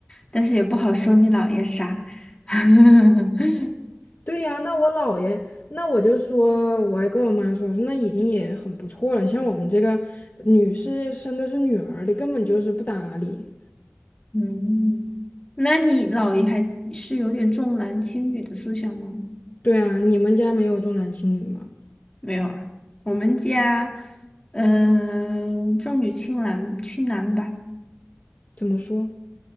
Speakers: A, on the left; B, on the left.
A: 但是也不好说你姥爷啥。<laughs>
B: 对呀，那我姥爷，那我就说，我还跟我妈说，我说那已经也很不错了，像我们这个女士生的是女儿的，根本就是不搭理。
A: 嗯，那你姥爷还是有点重男轻女的思想吗？
B: 对啊，你们家没有重男轻女吗？
A: 没有啊，我们家，嗯、重女轻男，轻男吧。
B: 怎么说？